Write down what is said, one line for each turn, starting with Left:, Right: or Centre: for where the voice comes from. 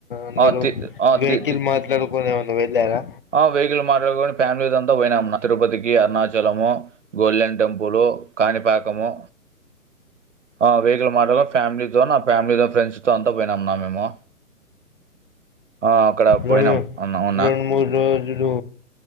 Left: అందరు
Right: ఆ తి ఆ
Left: వెహికిల్
Right: తి తి
Left: మాట్లాడు కొని ఏమన్నా వెళ్ళారా
Right: ఆ వెహికిల్ మాట్లాడుకొని ఫ్యామిలీ అంతా పోయినాం అన్నా తిరుపతికి అరుణాచలము గోల్డెన్ టెంపులు కాణిపాకము ఆ వెహికిల్ మాట్లాడుకొని ఫ్యామిలీతో నా ఫ్యామిలీతో ఫ్రెండ్స్ తో అంతా పోయినాం అన్నా మేము ఆ అక్కడ
Left: రెండు
Right: పోయినాం అన్నా మొన్న
Left: మూడు రోజులు